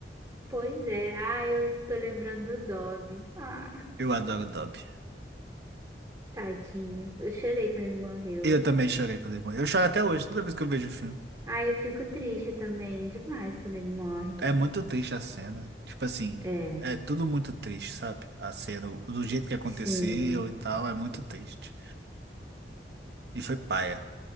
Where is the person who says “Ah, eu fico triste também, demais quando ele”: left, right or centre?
Right